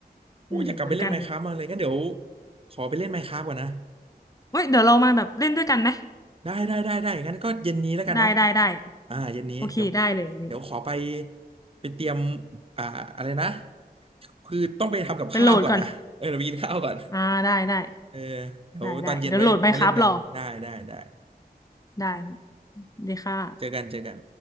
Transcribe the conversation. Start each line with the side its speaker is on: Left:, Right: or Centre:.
Right: โอ้ยอยากกลับไปเล่นไมน์คราฟมากเลยงั้นเดี๋ยว
Left: อืมเหมือนกันเลย
Right: ขอไปเล่นไมน์คราฟก่อนนะ
Left: เฮ้ยเดี๋ยวเรามาแบบเล่นด้วยกันไหม
Right: ได้ได้ได้ได้งั้นก็เย็นนี้แล้วกันเนาะ
Left: ได้ได้ได้
Right: อ่าเย็นนี้เดี๋ยว
Left: โอเคได้เลยอันนี้
Right: เดี๋ยวขอไปไปเตรียมอ่าอะไรนะคือต้องไปทำกับข้าวก่อนนะเออเดี๋ยวไปกินข้าวก่อน
Left: ไปโหลดก่อนอ่าได้ได้
Right: เออเดี๋ยวตอนเย็นไว้มาเล่นกันได้ได้ได้
Left: ได้ได้เดี๋ยวโหลดไมน์คราฟรอได้ดีค่ะ
Right: เจอกันเจอกัน